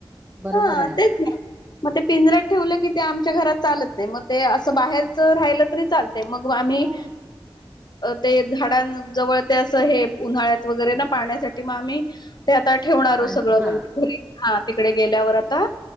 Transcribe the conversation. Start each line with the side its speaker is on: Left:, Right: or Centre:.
Right: बरोबर
Left: हा
Right: आहे
Left: तेच ना. मग ते पिंजऱ्याात ठेवलं की ते आमच्या घरात चालत नाही, मग ते असं बाहेरच राहिलं तरी चाल ते मंग आम्ही
Right: हो
Left: ते झाडांन जवळ ते असं हे उन्हाळ्यात वगैरे ना पाण्यासाठी मग आम्ही ते आता ठेवणारो
Right: पान
Left: सगळं
Right: हा
Left: म्हणजे घरी हा तिकडे गेल्यावर आता